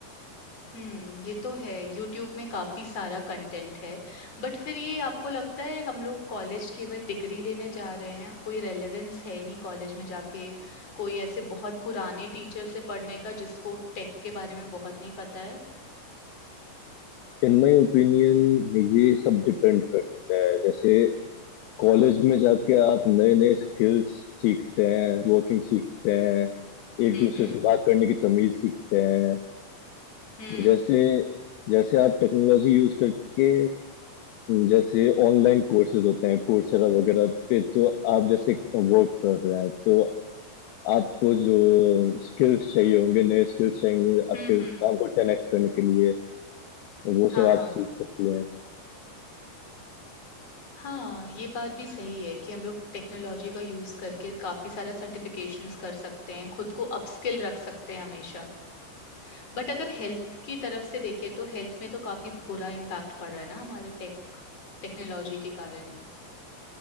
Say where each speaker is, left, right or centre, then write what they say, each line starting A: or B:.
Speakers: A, on the left (about 35°); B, on the left (about 70°).
A: हुँ, ये तो है, यूट्यूब में काफ़ी सारा कंटेंट है। बट फिर ये आपको लगता है हम लोग कॉलेज केवल डिग्री लेने जा रहे हैं, कोई रेलेवेंस है नहीं कॉलेज में जाके, कोई ऐसे बहुत पुराने टीचर से पढ़ने का जिसको टेक के बारे में बहुत नहीं पता है?
B: इन माई ओपिनियन ये सब डिपेंड करता है जैसे कॉलेज में जाके आप नए नए स्किल्स सीखते हैं वर्किंग सीखते हैं एक
A: हुँ,
B: दूसरे
A: हुँ।
B: से बात करने की तमीज सीखते हैं
A: हुँ।
B: जैसे जैसे आप टेक्नोलॉजी यूज करके जैसे ऑनलाइन कोर्सेज होते हैं कोर्सेरा वगैरह पे तो आप जैसे वर्क कर रहे हैं तो आपको जो स्किल्स चाहिए होंगे नए स्किल्स चाहिए होंगे
A: हुँ,
B: आपके
A: हुँ।
B: काम को टेन एक्स करने के लिए वो
A: हाँ,
B: सब
A: हाँ।
B: आप सीख सकती हैं
A: हाँ, ये बात भी सही है कि हम लोग टेक्नोलॉजी का यूज़ करके काफ़ी सारा सर्टिफ़िकेशंस कर सकते हैं, खुद को अपस्किल रख सकते हैं हमेशा। बट अगर हेल्थ की तरफ से देखें तो हेल्थ में तो काफ़ी बुरा इम्पैक्ट पड़ रहा है ना हमारे टेक टेक्नोलॉजी के कारण।